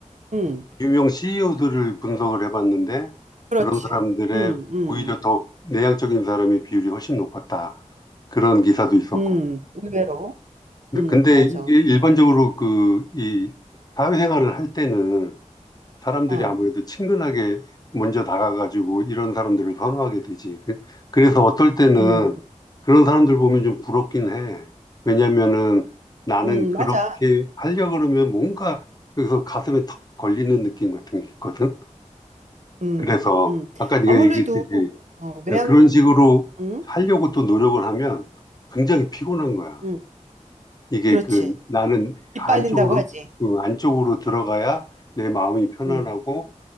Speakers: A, on the right; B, on the left.
A: 음.
B: 유명 CEO들을 분석을 해봤는데
A: 그렇지.
B: 그런 사람들의
A: 음, 음,
B: 오히려 더 내향적인 사람의 비율이 훨씬 높았다. 그런 기사도 있었고.
A: 음, 의외로.
B: 근데,
A: 음,
B: 근데
A: 맞아.
B: 이게 일반적으로 그 이 사회생활을 할 때는 사람들이
A: 어,
B: 아무래도 친근하게 먼저 다가가지고 이런 사람들을 선호하게 되지. 그- 그래서 어떨 때는
A: 음,
B: 그런 사람들 보면 좀 부럽긴 해. 왜냐면은 나는
A: 음,
B: 그렇게
A: 맞아.
B: 하려고 그러면 뭔가 여기서 가슴에 턱 걸리는 느낌 같은 게 있거든.
A: 음,
B: 그래서
A: 음.
B: 아까 네가
A: 아무래도,
B: 얘기했듯이
A: 어, 외양,
B: 그런 식으로
A: 음,
B: 하려고 또 노력을 하면 굉장히 피곤한 거야.
A: 음,
B: 이게
A: 그렇지.
B: 그 나는
A: 이빨린다고
B: 안쪽으로
A: 하지.
B: 그 안쪽으로 들어가야 내 마음이 편안하고
A: 음,